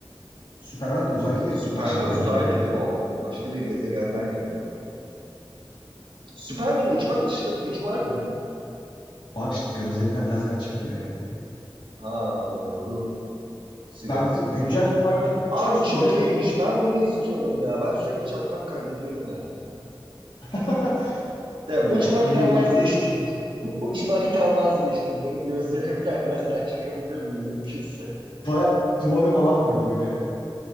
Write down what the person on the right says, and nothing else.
Superman
uzaylı değil mi o? Başka bir gezegenden geldi o. Superman uçmak dışında bir gücü var mı?
Ha doğru. Sigarasını
yakıyor.
Abi
çok
iyiymiş. Ben bunu istiyorum ya. Ben sürekli çakmak kaybediyorum ya.
Ya
uçmaktan
vazgeçtim. <laughs> Uçmaktan vazgeçtim. Benim gözlerimden <laughs> lazer çıkabilir mi mümkünse?